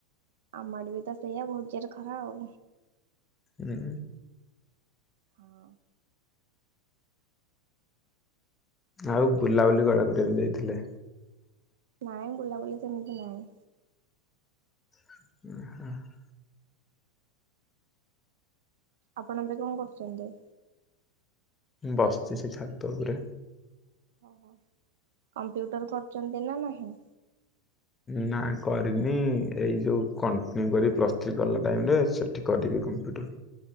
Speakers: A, on the right; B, on the left.
A: ଆମ ଆଡେ ବି ତ ସେଇଆ ବହୁତ ଜୋରେ ଖରା ଆଉ।
B: ହୁଁ।
A: ହଁ।
B: ଆଉ ବୁଲାବୁଲି କୁଆଡେ କରିବାକୁ ଯାଇଥିଲେ?
A: ନାଇଁ ବୁଲା ବୁଲି ସେମିତି ନାଇଁ।
B: <inaudible>
A: ଆପଣ ଏବେ କଣ କରୁଛନ୍ତି?
B: ବସିଚ ସେ ଛାତ ଉପରେ।
A: ଓ କମ୍ପ୍ୟୁଟର କରୁଛନ୍ତି ନା ନାହିଁ?
B: ନା କରିନି ଏଇ ଯୋଉ କଣ୍ଟିନ୍ୟୁ କରି ପ୍ଲସ୍ ଥ୍ରୀ କଲା ଟାଇମରେ <unintelligible> ଠିକ କରିବି କମ୍ପ୍ୟୁଟର।